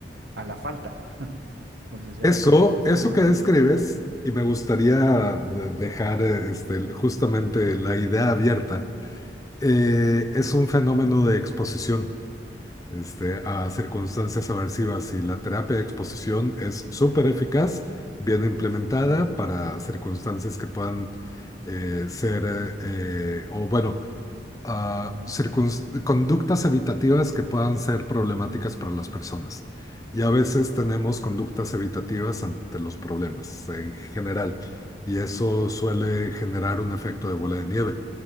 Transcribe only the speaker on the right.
a la falta. Entonces ya
que te acostumbras
a la falta.